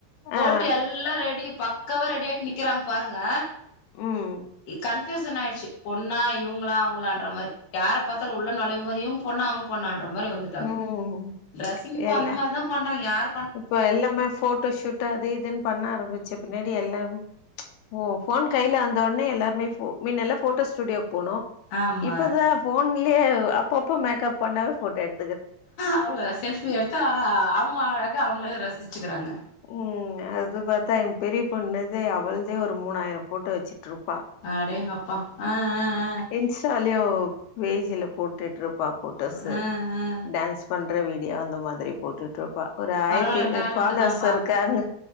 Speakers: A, on the left; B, on the left.
A: போட்டு
B: ஆ
A: எல்லா ரெடி பக்கவா ரெடி நிக்கிறாங்க பாருங்க
B: ம்
A: கன்ஃபியூசன் ஆயிருச்சு பொண்ணா இவங்களா அவங்களான்ற மாரி யார பாத்தலு உள்ள நுழையும் போது இவுங்க பொண்ணா அவுங்க பொண்ணான்ற அந் மாரி வந்துட்டாங்க
B: ம்
A: டிரெஸிங் இப்ப
B: இல்ல
A: அந்த மாதிரிதா பண்றாங்க யார
B: இப்ப எல்லாமே போட்டோ ஷூட் அது இதுனு பண்ண ஆரம்பிச்சு பின்ன னாடி எல்லாருமே ப்ச் போன் கைல வந்த ஒன்னே எல்லாருமே மின்ன எல்லா போட்டோ ஸ்டுடியோ போனோ
A: ஆமா
B: இப்பதா போன் இல்லயே அப்ப அப்ப மேக்கப் பண்ணாவே போட்டோ எடு
A: அவ்ளதா செல்ஃபி எடுத்தா அவுங்க அழக அவுங்களே ரசிச்சுகிறாங்க
B: ம் அது பாத்தா எங்க பெரிய பொண்ணுதே அவளாதே ஒரு மூணாயிரம் போட்டோ வெச்சு ட்ருப்பா
A: அடேங்கப்பா ஆ ஆ ஆ
B: இன்ஸ்டாலயு பேஜ்ல போட்டுட்டு இருப்பா போட்டோஸ்
A: ஆ ஆ ஆ ஆ
B: டான்ஸ் பண்ற வீ டீயோ அந்த மாதிரி போட்டுட்டு இருப்பா ஒரு ஆயிரத்தி
A: பரவால்ல
B: ஐநூறு
A: டேலண்ட்டு
B: ஃபாலோவர்ஸ்
A: தான்ப்பா
B: இருக்காங்க